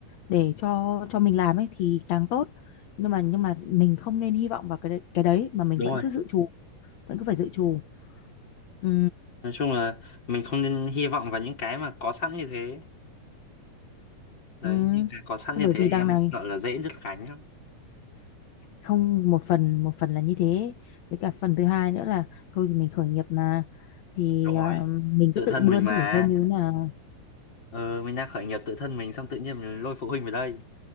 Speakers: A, on the left; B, on the left.
A: để cho cho mình làm ấy thì càng tốt. Nhưng mà nhưng mà mình không nên hy vọng vào cái đấy- cái đấy mà mình
B: Đúng
A: vẫn
B: rồi.
A: cứ dự trù, vẫn cứ phải dự trù. Ừ,
B: nói chung là mình không nên hy vọng vào những cái mà có sẵn như thế đấy
A: ừ.
B: những cái có sẵn
A: Thế
B: như
A: bởi
B: thế
A: vì
B: thì
A: đằng
B: em
A: này
B: sợ là dễ đứt gánh lắm
A: không một phần một phần là như thế với cả phần thứ hai nữa là thôi thì mình khởi nghiệp mà thì
B: đúng
A: ờ,
B: rồi
A: mình
B: tự
A: cứ tự
B: thân
A: bươn
B: mình mà
A: thử xem như thế nào
B: ờ mình đang khởi nghiệp tự thân mình xong tự nhiên mình lôi phụ huynh vào đây